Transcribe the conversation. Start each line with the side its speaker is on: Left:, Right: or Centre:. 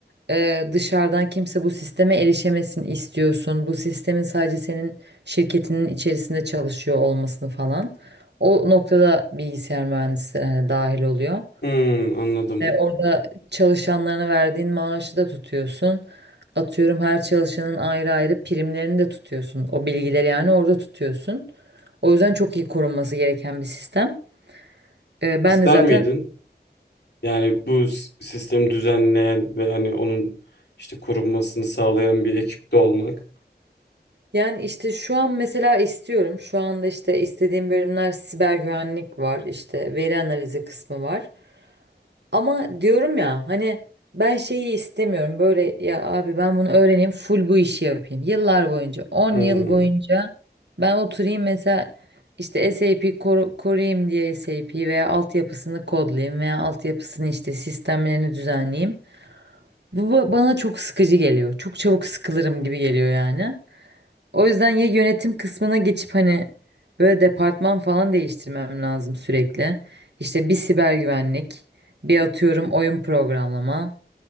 Right: e, dışarıdan kimse bu sisteme erişemesin istiyorsun. Bu sistemin sadece senin şirketinin içerisinde çalışıyor olmasını falan. O noktada bilgisayar mühendisleri hani dahil oluyor.
Left: Hmm, anladım.
Right: Ve orada çalışanlarına verdiğin maaşı da tutuyorsun. Atıyorum her çalışanın ayrı ayrı primlerini de tutuyorsun. O bilgileri yani orada tutuyorsun. O yüzden çok iyi korunması gereken bir sistem. E, ben
Left: İster
Right: de zaten
Left: miydin? Yani bu s- sistemi düzenleyen ve hani onun işte korunmasını sağlayan bir ekipte olmak.
Right: Yani işte şu an mesela istiyorum. Şu anda işte istediğim bölümler siber güvenlik var, işte veri analizi kısmı var. Ama diyorum ya hani ben şeyi istemiyorum. Böyle ya abi ben bunu öğreneyim, full bu işi yapayım. Yıllar boyunca, 10
Left: Hmm.
Right: yıl boyunca ben oturayım mesela işte SAP koru- koruyayım diye SAP veya altyapısını kodlayayım veya altyapısını işte sistemlerini düzenleyeyim. Bu ba- bana çok sıkıcı geliyor. Çok çabuk sıkılırım gibi geliyor yani. O yüzden ya yönetim kısmına geçip hani böyle departman falan değiştirmem lazım sürekli. İşte bir siber güvenlik, bir atıyorum oyun programlama,